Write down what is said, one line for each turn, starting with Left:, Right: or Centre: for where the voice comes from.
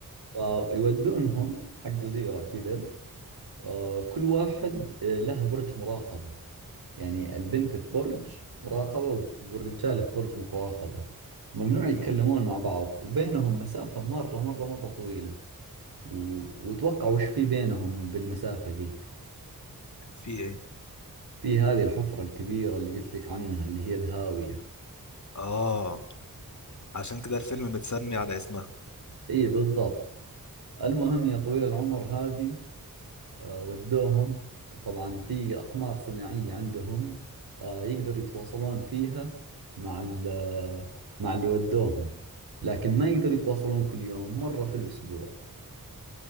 Right: فيودونهم حق جزيرة كذا آه، كل واحد آه، له برج مراقبة يعني البنت في برج مراقبة والث- والرجال في برج مراقبة ممنوع يتكلمون
Left: مم.
Right: مع بعض وبينهم مسافة مرة مرة مرة طويلة و... وتوقع وش في بينهم بالمسافة ذي
Left: في ايه
Right: في هذه الحفرة الكبيرة اللي قلت لك عنها اللي هي الهاوية
Left: اه عشان كده الفيلم متسمي على اسمها
Right: اي بالضبط المهم يا طويل العمر هذه آه، ودوهم طبعا في أقمار صناعية عندهم آه، يقدروا يتواصلون فيها مع ال- آه، مع اللي ودوهم لكن ما يقدروا يتواصلون كل يوم مرة في الأسبوع